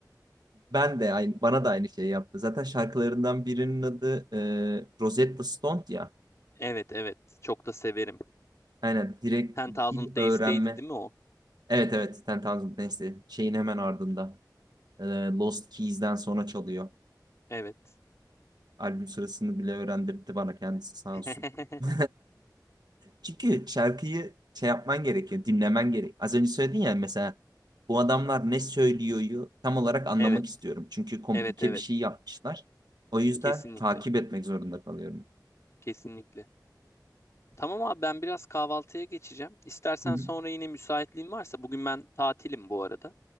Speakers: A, on the right; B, on the left.
A: Ben de aynı, bana da aynı şeyi yaptı. Zaten şarkılarından birinin adı e, Rosetta Stone ya.
B: Evet evet çok da severim.
A: Aynen direkt
B: Ten Thousand
A: dil
B: Days'teydi
A: öğrenme.
B: değil mi o?
A: Evet evet Ten Thousand Dance'de şeyin hemen ardında. E, Lost Keys'den sonra çalıyor.
B: Evet.
A: Albüm sırasını bile öğrendirdi bana kendisi sağ
B: <laughs>
A: olsun. <laughs> Çünkü şarkıyı şey yapman gerekiyor, dinlemen gerek. Az önce söyledin ya mesela bu adamlar ne söylüyoryu tam olarak anlamak
B: Evet
A: istiyorum. Çünkü komplike
B: evet evet
A: bir şey yapmışlar. O yüzden
B: kesinlikle
A: takip etmek zorunda kalıyorum.
B: kesinlikle. Tamam abi ben biraz kahvaltıya geçeceğim. İstersen
A: Hı hı.
B: sonra yine müsaitliğin varsa bugün ben tatilim bu arada.